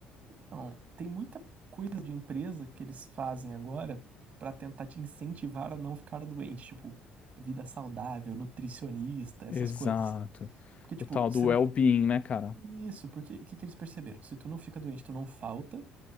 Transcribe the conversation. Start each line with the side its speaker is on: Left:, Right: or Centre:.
Right: Então, tem muita coisa de empresa que eles fazem agora pra tentar te incentivar a não ficar doente, tipo, vida saudável, nutricionista, essas
Left: Exato.
Right: coisas. Porque, tipo,
Left: O tal
Right: você
Left: do well-being,
Right: não.
Left: né, cara?
Right: Isso, porque o que que eles perceberam? Se tu não fica doente, tu não falta